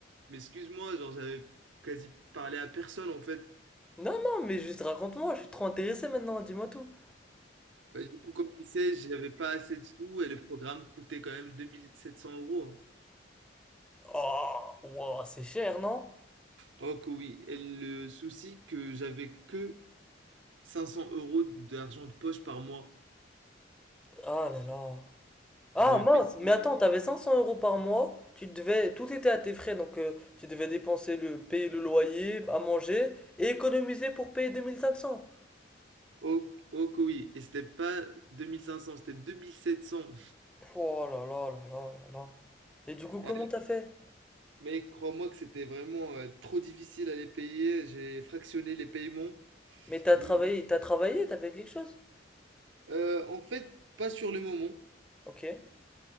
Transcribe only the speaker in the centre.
Non, non, mais juste raconte-moi, je suis trop intéressé maintenant, dis-moi tout.
Oh, wow, c'est cher, non?
Ah là là. Ah
mince,
mais attends, t'avais 500 euros par mois, tu devais, tout était à tes frais, donc euh, tu devais dépenser le, payer le loyer, à manger, et économiser pour payer 2500.
Pff, Oh là là là là là là. Et du coup, comment
t'as fait?
Mais t'as
travaillé, t'as travaillé, t'as fait quelque chose?
Ok.